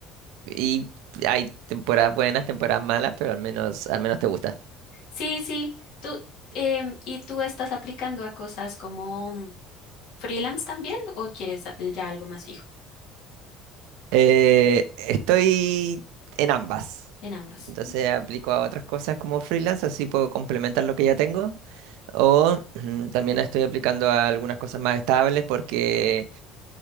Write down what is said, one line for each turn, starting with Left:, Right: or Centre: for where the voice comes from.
Right: y hay temporadas buenas, temporadas malas, pero al menos, al menos te gusta.
Left: Sí, sí. Tú, em, ¿y tú estás aplicando a cosas como mm, freelance también o quieres a- ya algo más fijo?
Right: Eh, estoy en ambas.
Left: En ambas.
Right: Entonces aplico a otras cosas como freelance, así puedo complementar lo que ya tengo. O mm, también estoy aplicando a algunas cosas más estables porque,